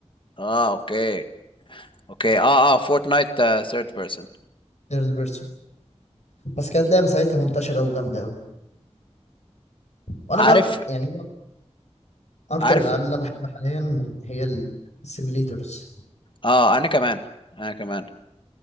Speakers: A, on the left; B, on the left.
A: اه اوكي اوكي اه اه فورتنايت ثيرد بيرسون
B: ثيرد بيرسون بس كانت لعبه ساعتها منتشره قوي وجامده قوي وانا
A: عارف
B: بقى يعني اكتر
A: عارف
B: الالعاب اللي انا بحبها حاليا هي السيميليتورز
A: اه انا كمان انا كمان